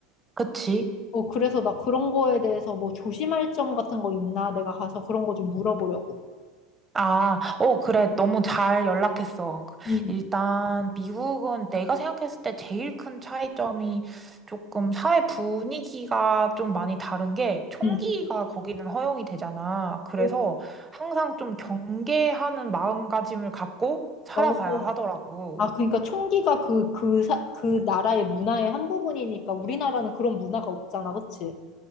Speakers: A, on the right; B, on the left.
A: 그치?
B: 어, 그래서 나 그런 거에 대해서 뭐 조심할 점 같은 거 있나? 내가 가서 그런 거 좀 물어보려고.
A: 아, 어, 그래. 너무 잘 연락했어. 그-
B: 응,
A: 일단, 미국은 내가 생각했을 때 제일 큰 차이점이 조금 사회 분위기가 좀 많이 다른 게 총기가
B: 응.
A: 거기는 허용이 되잖아. 그래서
B: 어,
A: 항상 좀 경계하는 마음가짐을 갖고 살아가야
B: 어, 어.
A: 하더라고.
B: 아, 그러니까 총기가 그, 그, 사, 그 나라의 문화의 한 부분이니까 우리나라는 그런 문화가 없잖아, 그치?